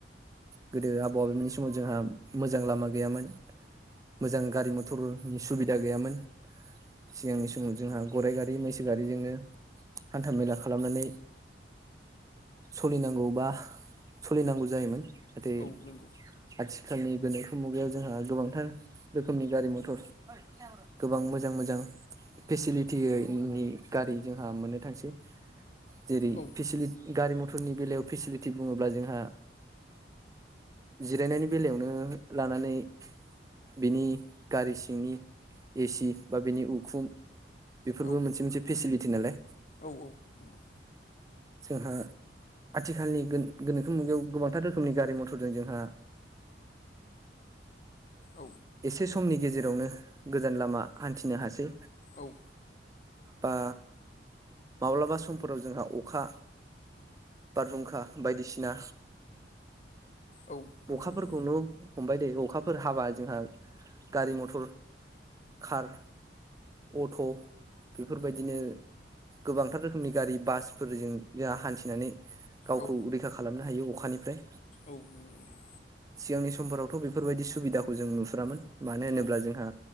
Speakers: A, on the right; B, on the left.
A: गोदो आबौ आबौमोननि समाव जोंहा मोजां लामा गैयामोन मोजां गारि मथरनि सुबिदा गैयामोन। सिगांनि समाव जोंहा गराइ गारि मैसो गारिजोंनो हान्था मेला खालामनानै सलिनांगौ बा सलिनांगौ जायोमोन। नाथाय
B: औ नंगौ
A: आथिखालनि गोनोखो मुगायाव जोंहा गोबांथार रोखोमनि गारि मथर गोबां मोजां मोजां फेसिलिटिनि गारि जोंहा मोननो थांसै। जेरै
B: औ
A: फेसिलि गारि मथ फोरनि बेलायाव फेसिलिटि बुङोब्ला जोंहा जिरायनायनि बेलायावनो लानानै बिनि गारि सिंनि एसि बा बिनि उखुम बेफोरबो
B: औ
A: मोनसे मोनसे फेसिलिटि नालाय।
B: औ औ नंगौ
A: जोंहा आथिखालनि गोनो-गोनोखो मुगायाव गोबांथार रोखोमनि गारि मटरजों जोंहा
B: औ
A: एसे समनि गेजेरावनो गोजान लामा हान्थिनो हासै।
B: औ।
A: बा माब्लाबा समफोराव जोंहा अखा बारहुंखा बायदिसिना
B: औ नंगौ
A: अखाफोरखौनो
B: नोंथां
A: हमबाय दे अखाफोर हाबा जोंहा गारि मटर कार अट' बेफोरबायदिनो गोबांथार रोखोमनि गारि बासफोरजों जोंहा हान्थिनानै गावखौ
B: औ
A: रैखा खालामनो हायो अखानिफ्राय।
B: औ नोंगौ नोंथां।
A: सिगांनि समफोरावथ' बेफोरबायदि सुबिदाखौ जों नुफुरामोन। मानो होनोब्ला
B: औ
A: जोंहा